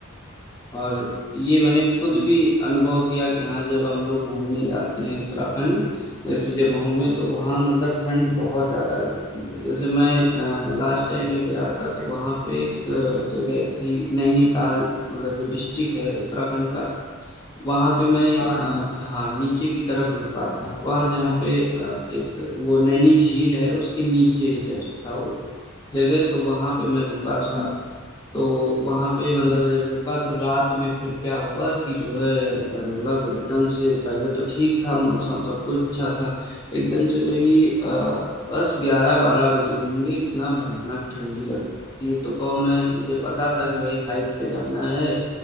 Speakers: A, on the left; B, on the left.
A: और ये मैंने खुद
B: हम्म,
A: भी अनुभव किया कि हाँ जब हम लोग घूमने जाते हैं उत्तराखंड जैसी जगहों में तो वहाँ मतलब ठंड बहुत ज्यादा लगती है जैसे मैं लास्ट टाइम जब गया था तो वहाँ पे एक अ, जगह थी नैनीताल मतलब जो डिस्ट्रिक्ट है उत्तराखंड का वहाँ पे मैं
B: हाँ हाँ,
A: अ, हाँ नीचे की तरफ रुका था वहाँ जहाँ पे अ, एक वो नैनी झील है उसके नीचे ही जस्ट था वो जगह तो वहाँ पे मैं रुका
B: अच्छा,
A: था तो वहां पे मतलब
B: हम्म,
A: जब रुका तो रात में फिर क्या हुआ कि जो है अ, मतलब एकदम से पहले तो ठीक था मौसम सब कुछ अच्छा था एकदम से वही अ, बस ग्यारह बारह बजे होंगे इतना भयानक ठंडी लग रही थी। ये तो को मैं मुझे पता था कि भाई हाइट पे जाना है